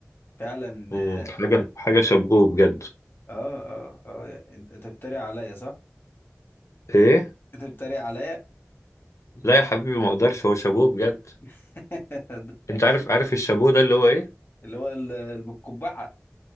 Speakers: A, on the left (about 40°); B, on the left (about 65°).
A: فعلا
B: مم، حاجة حاجة شابوه بجد
A: اه اه اه آه، انت أنت بتتريق عليا صح؟
B: ايه
A: انت بتتريق عليا
B: لا يا حبيبي ما اقدرش هو شابوه بجد
A: <laughs>
B: انت عارف عارف الشابوه ده اللي هو ايه
A: اللي هو ال- اللي بالقبعة